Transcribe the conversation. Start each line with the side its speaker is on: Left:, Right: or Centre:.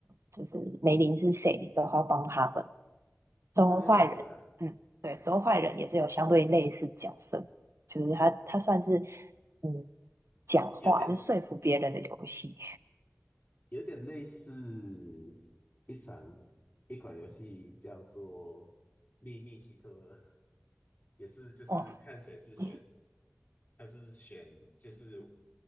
Right: 就是梅林是谁，之后他要帮他们。周坏人，
Left: 这样子啊，
Right: 嗯，对，周坏人也是有相对类似角色，就是他他算是嗯讲话，
Left: 有点
Right: 就是说服别人的游戏。
Left: 有点类似一场一款游戏叫做《秘密希特勒》，也是就是看谁是选，
Right: 哦，嗯
Left: 他是选就是